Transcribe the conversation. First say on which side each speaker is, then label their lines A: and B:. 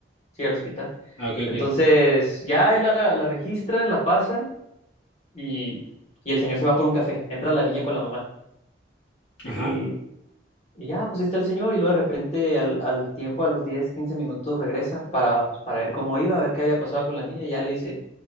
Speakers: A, on the left; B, on the left.
A: sí, al hospital.
B: Ah, ok,
A: Entonces,
B: ok.
A: ya ahí la, la registran, la pasan y, y el señor se va por un café. Entra la niña con la mamá.
B: Ajá.
A: Y, y ya, pues ahí está el señor. Y luego de repente, al, al tiempo, a los 10 15 minutos, regresa para, pues, para ver cómo iba, a ver qué había pasado con la niña. Y ya le dice,